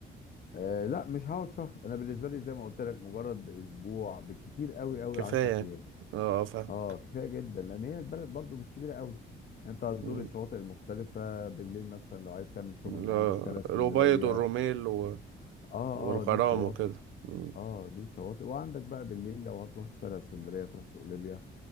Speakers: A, on the left; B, on the right.
A: آه لا مش هقعد شهر انا بالنسبه لي زي ما قلت لك مجرد اسبوع بالكتير قوي قوي
B: كفايه
A: 10
B: يعني
A: ايام
B: اه فاهم
A: اه كفايه جدا لان هي البلد برضو مش كبيره قوي انت هتزور
B: أمم،
A: الشواطئ المختلفه بالليل مثلا لو عايز تعمل شوبنج
B: لا،
A: عندك شارع اسكندريه
B: الأبيض والروميل و...
A: اه
B: والغرام
A: اه دي الشواطئ
B: وكده أمم،
A: اه دي شواطئ وعندك بقى بالليل لو هتروح شارع اسكندريه تروح سوق ليبيا